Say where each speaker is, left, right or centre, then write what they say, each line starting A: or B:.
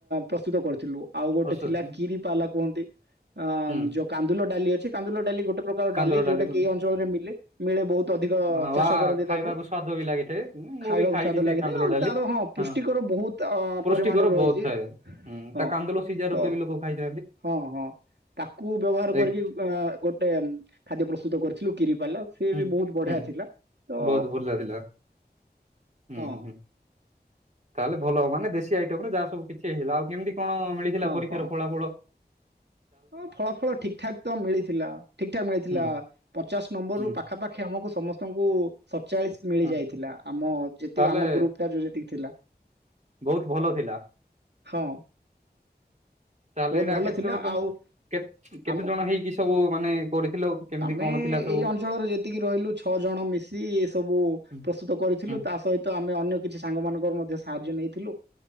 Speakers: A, on the right; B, on the right.
A: ପ୍ରସ୍ତୁତ କରିଥିଲୁ ଆଉ ଗୋଟେ
B: ପ୍ରଶସ୍ତି
A: ଥିଲା କିରି ପାଲକ କୁହନ୍ତି ଅ
B: ହୁଁ
A: ଯୋଉ କାନ୍ଦୁଲ ଡାଲି ଅଛି କାନ୍ଦୁଲ ଡାଲି ଗୋଟେ ପ୍ରକାର
B: କାନ୍ଦୁଳ
A: ଡାଲି
B: ଡାଲିକୁ
A: ଯୋଉଟା କି ଏଇ ଅଞ୍ଚଳରେ ମିଲେ ମିଳେ ବହୁତ ଅଧିକ
B: ହଁ ବା
A: ଚାଷ କରନ୍ତି
B: ଖାଇବାକୁ
A: ତାକୁ।
B: ସ୍ଵାଦ ବି ଲାଗିଥାଏ ମୁଁ
A: ଖାଇବାକୁ
B: ବି ଖାଇଛି
A: ସ୍ଵାଦ
B: ସେ
A: ଲାଗିଥାଏ
B: କାନ୍ଦୁଲ
A: ଆଉ
B: ଡାଲି
A: ତାର ପୃଷ୍ଟିକର
B: ହଁ
A: ବହୁତ ଅ
B: ପୃଷ୍ଟିକର
A: ପରିମାଣର ରହିଛି
B: ବହୁତ ଥାଏ ହୁଁ
A: ହଁ
B: ତା କାନ୍ଦୁଲ ସିଝା
A: ତ
B: ରୂପେ ବି ଲୋକ ଖାଇଥା
A: ହଁ ହଁ ତାକୁ ବ୍ୟବହାର କରିକି
B: ଏକ
A: ଅ ଗୋଟେ ଖାଦ୍ୟ ପ୍ରସ୍ତୁତ କରିଥିଲୁ କିରି ବାଲା ସିଏ
B: ହୁଁ
A: ବି ବହୁତ ବଢିଆ
B: ହୁଁ
A: ଥିଲା ତ
B: ବହୁତ ଭଲ ଥିଲା ହୁଁ
A: ହଁ
B: ହୁଁ। ହୁଁ ତାହେଲେ ଭଲ ହବ ମାନେ ଦେଶୀ ଆଇଟମ ରେ ଯାହା ସବୁ କିଛି ହେଇଗଲା ଆଉ କେମିତି କଣ ମିଳିଥିଲା
A: ହଁ
B: ପରୀକ୍ଷାର
A: ହଁ
B: ଫଳା ଫଳ
A: ହଁ ଫଳା ଫଳ ଠିକ ଠାକ ତ ମିଳିଥିଲା ଠିକ ଠାକ ମିଳିଥିଲା
B: ହୁଁ
A: ପଚାଶ ନମ୍ବର
B: ହୁଁ
A: ରୁ ପାଖାପାଖି ଆମକୁ ସ ସମସ୍ତଙ୍କୁ ସ ଡଚାଳିଶି ମିଳି
B: ହୁଁ
A: ଯାଇଥିଲା ଆମ ଯେତିକି
B: ତାହେଲେ
A: ଆମ ଗ୍ରୁପ ଟା ଯୋଉ ଯେତିକି ଥିଲା।
B: ବହୁତ ଭଲ ଥିଲା
A: ହଁ
B: ତାହେଲେ
A: ବହୁତ
B: ଏଇଟା
A: ଭଲ
B: କେତେ
A: ଥିଲା
B: ଜଣ ତମ
A: ଆଉ
B: କେ କେତେ
A: ଆମ
B: ଜଣ ହେଇକି ସ ସବୁ ମାନେ କରିଥିଲ କେମିତି
A: ଆମେ
B: କଣ ଥିଲା ସବୁ?
A: ଏଇ ଅଞ୍ଚଳରେ ଯେତିକି ରହିଲୁ ଛଅ ଜଣ ମିଶି ଏ ସବୁ
B: ହୁଁ
A: ପ୍ରସ୍ତୁତ କରିଥିଲୁ
B: ହୁଁ
A: ତା ସହିତ ଆମେ ଅନ୍ୟ କିଛି ସାଙ୍ଗ ମାନଙ୍କର ମଧ୍ୟ ସାହାଯ୍ୟ ନେଇଥିଲୁ।